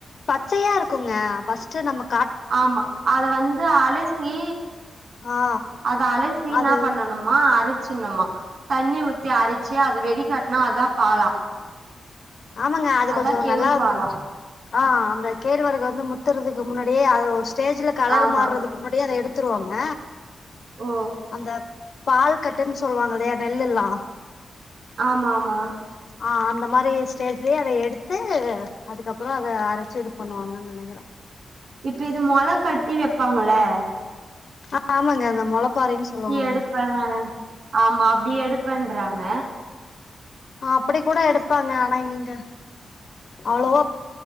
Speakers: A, on the left; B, on the right.
A: பச்சையா இருக்குங்க ஃபஸ்ட் நமக்
B: ஆமா அத வந்து அழு ஈ
A: ஆ
B: அத அலசிஎனா
A: அது
B: பண்ணணுமா அரி சின்னமா தண்ணி ஊத்தி அரிச்சு அத வெடி காட்னா அதா பாலா
A: ஆமாங்க அது
B: அதா
A: கொஞ்சோ
B: கெவுரு
A: நல்லா
B: பாலா
A: ஆ அந்த கேழ்வரகு வந்து முத்துறதுக்கு முன்னாடியே அது ஸ்டேஜ்ல கலர்
B: ஆமா
A: மாறுதுகு முன்னாடியே அத எடுத்து த்துருவாங்க
B: ஓ
A: அந்த பால் கட்டுன்னு சொல்லுவாங்க இல்லையா நெல்லுல்லா
B: ஆமா ஆமா
A: ஆ அந்த மாரி சேர்லயே அத எடுத்து அதுக்கப்புறோ அத அரச்சு இது பண்ணுவாங்கன்னு நெனைக்கிறே
B: இப்ப இது மொள கட்டி வைப்பாங்களே
A: ஆ ஆமாங்க அந்த மொளப்பாரின்னு சொல்லுவாங்கள
B: எடுப்பே ஆமா அப்டி எடுப்பண்றாங்க
A: அப்டி கூட எடுப்பாங்க ஆனா இங்க அவ்ளோவா